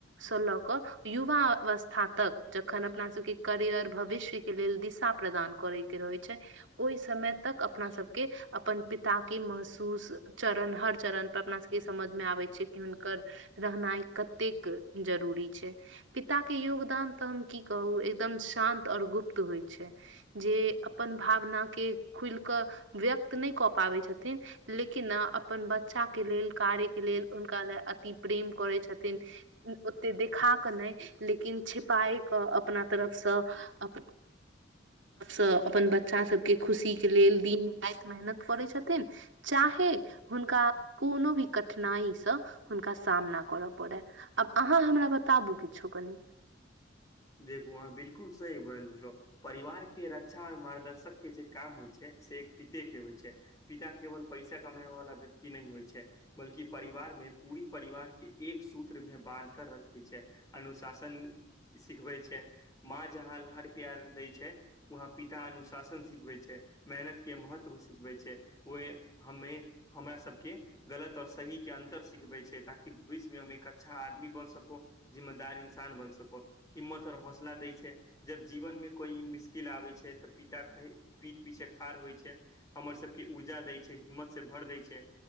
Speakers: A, on the right (about 75°); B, on the left (about 20°).
A: स लक युवा अवस् था तक जखन अपना सब के करियर भविष्य के लेल दिशा प्रदान करै के रहय छै ओई समय तक अपना सबके अपन पिता के महसूस चरण हर चरण पर अपना सबके ई समझ मे आबै छै कि हुनकर रहनाइ कतेक जरूरी छै पिता के योगदान तऽ हम की कहू एकदम शान्त आओर गुप्त होइ छै जे अपन भावनाके खुलि कऽ व्यक्त नहि कऽ पाबै छथिन लेकिन अपन बच्चा बच्चा के लेल कार्य के लेल हुनका लए अति प्रेम करै छथिन ओते देखा कऽ नहि लेकिन छिपाए क अपना तरफसँ अपन स अपन बच्चा सबके खुशी के लेल दिन राति मेहनत करै छथिन चाहे हुनका कोनो भी कठिनाईसँ हुनका सामना करय पड़य आब आहाँ हमरा बताबु किछो कनि
B: देखू अहाँ बिलकुल सही बजलौं परिवार के रक्षा और मार्गदर्शक के जे काम होइ छै से एक पिते के होइ छै पिता केवल पैसा कमेवे वला व्यक्त नहि होइ छै बल्कि परिवार मे पूरी परिवार के एक सूत्र मे बान्ध कर रखै छै अनुशासन सिखबै छै माँ जहाँ लार प्यार दै छै वहाँ पिता अनुशासन सिखबै छै मेहनत के महत्व सिखबै छै ओहि हमे हमरा सबके गलत आओर सही के अन्तर सिखबै छै ताकि भविष्यमे हम एक अच्छा आदमी बन सको जिम्मेदार इन्सान बन सको हिम्मत आओर हौसला दै छै जब जीवन मे कोइ मुश्किल आबै छै तऽ पिता कहे पीठ पीछे खाड़ होइ छै हमर सबके ऊर्जा दै छै हिम्मत से भर दै छै